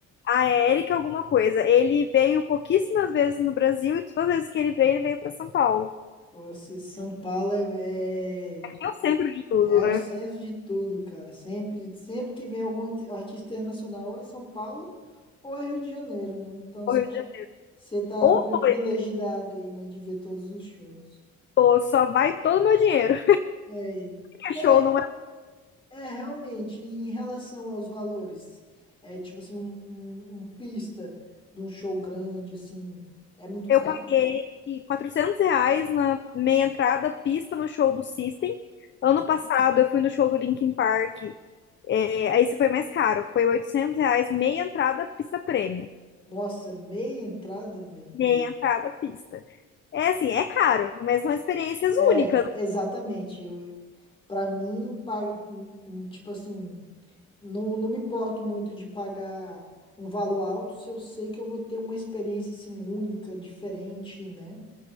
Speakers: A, on the left; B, on the left.
A: Ah, é Eric alguma coisa. Ele veio pouquíssimas vezes no Brasil e todas as vezes que ele veio, ele veio pra São Paulo.
B: Você, São Paulo é, é,
A: Aqui é o centro de tudo,
B: é
A: né?
B: o centro de tudo, cara. Sempre, sempre que vem algum inter- artista internacional, ou é São Paulo ou é Rio de Janeiro, né? Então
A: Ou
B: você
A: Rio
B: tá,
A: de Janeiro.
B: você tá
A: Ou
B: privilegiado
A: foi,
B: aí, né, de ver todos os shows.
A: ou só vai todo o meu dinheiro.
B: É,
A: <laughs>
B: é,
A: show não
B: É, realmente, e em relação aos valores, é tipo assim, um, um, um pista de um show grande, assim, é muito
A: Eu
B: caro?
A: paguei 400 reais na meia entrada, pista no show do System. Ano passado eu fui no show do Linkin Park. É, aí isso foi mais caro. Foi 800 reais, meia entrada, pista prêmio.
B: Nossa, meia entrada, velho.
A: Meia entrada, pista. É assim, é caro, mas são experiências
B: É,
A: únicas.
B: exatamente. Eu, pra mim, paga, hum, hum, tipo assim, não, não me importo muito de pagar um valor alto se eu sei que eu vou ter uma experiência, assim, única, diferente, né?